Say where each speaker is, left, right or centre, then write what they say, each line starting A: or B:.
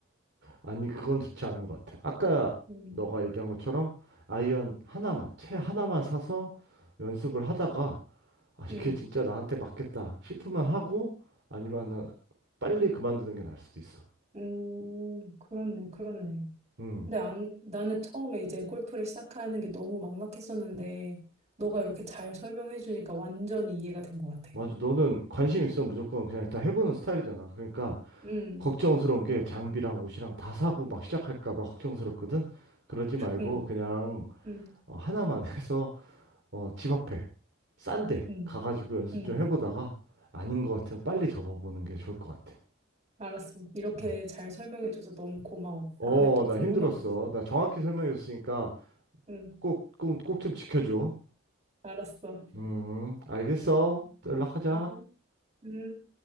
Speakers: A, on the right (about 55°); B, on the right (about 30°).
A: 아니, 그건 좋지 않은 것 같아. 아까
B: 음,
A: 너가 얘기한 것처럼 아이언 하나만, 채 하나만 사서 연습을 하다가 아, 이게
B: 음,
A: 진짜 나한테 맞겠다 싶으면 하고 아니면은 빨리 그만두는 게 나을 수도 있어.
B: 음, 그렇네, 그렇네.
A: 음.
B: 근데 안, 나는 처음에 이제 골프를 시작하는 게 너무 막막했었는데, 너가 이렇게 잘 설명해주니까 완전히 이해가 된 것 같아.
A: 맞아. 너는 관심 있으면 무조건 그냥 일단 해보는 스타일이잖아. 그러니까
B: 음,
A: 걱정스러운 게 장비랑 옷이랑 다 사고 막 시작할까 봐 걱정스럽거든. 그러지 말고
B: 음,
A: 그냥
B: 음,
A: 어, 하나만 <laughs> 해서 어, 집 앞에 싼데
B: 음,
A: 가가지고 연습
B: 음.
A: 좀 해보다가 아닌 것 같으면 빨리 접어보는 게 좋을 것 같아.
B: 알았어. 이렇게
A: 음.
B: 잘 설명해줘서 너무 고마워.
A: 어,
B: 다음에 또
A: 나
B: 궁금한
A: 힘들었어.
B: 거 있어.
A: 나 정확히 설명해줬으니까
B: 응
A: 꼭, 꼭, 꼭 좀 지켜줘.
B: 알았어.
A: 음, 알겠어.
B: 음,
A: 또 연락하자.
B: 음, 음.